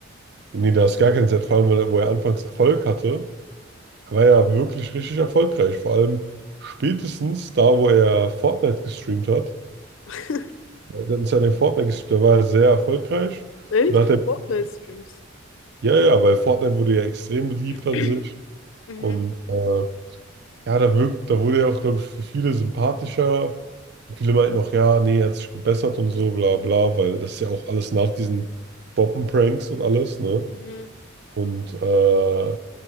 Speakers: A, on the right; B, on the left.
A: nee, da ist gar keine Zeit, vor allem, weil er, wo er anfangs Erfolg hatte, war ja wirklich richtig erfolgreich. Vor allem spätestens da, wo er Fortnite gestreamt hat.
B: <laughs>
A: Der hat uns ja den Fortnite gespielt, der war ja sehr erfolgreich.
B: Echt?
A: Und da hat
B: Für
A: er,
B: Fortnite-Streams.
A: ja, ja, weil Fortnite wurde ja extrem beliebt
B: <clears throat>
A: an sich.
B: Mhm.
A: Und äh, ja, da wirkt, da wurde er auch, glaube ich, für viele sympathischer. Und viele meinten auch, ja, nee, er hat sich gebessert und so, bla bla, weil das ist ja auch alles nach diesen Bombenpranks und alles, ne?
B: Mhm.
A: Und äh,